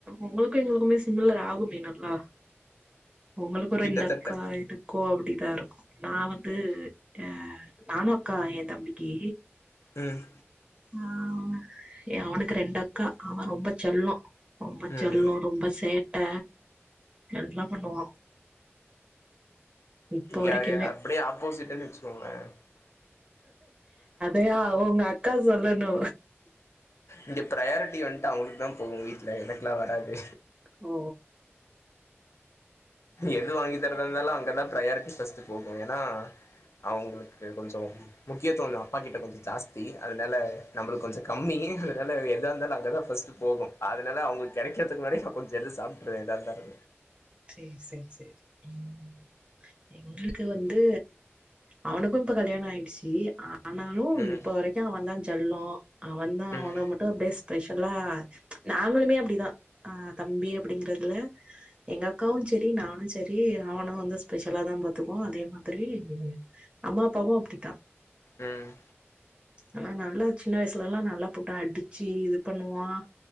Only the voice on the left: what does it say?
கிட்டத்தட்ட
ம்
ம்
இங்கே
அப்படியே ஆப்போசிட்டுன்னு வச்சுக்கோங்களேன்
இங்க ப்ரயாரிட்டி வந்ட்டு அவங்களுக்கு தா போகு வீட்ல எனக்கெல்லா வராது
எது வாங்கி தரதா இருந்தாலு அங்க தா ப்ரயாரிட்டி ஃபர்ஸ்ட்டு போகு ஏனா அவங்களுக்கு கொஞ்சோ முக்கியத்துவம் அப்பா கிட்ட கொஞ்சம் ஜாஸ்தி அதனால நம்மளுக்கு கொஞ்சம் கம்மி அதனால எதா இருந்தாலு அங்கதா பஸ்ட்டு போகும் அதனால அவங்களுக்கு கெடைக்கிறதுக்கு முன்னாடி நா கொஞ்சம் எத்து சாப்ட்டுருவே எதாந்தாலு
ம்
ம்
ம்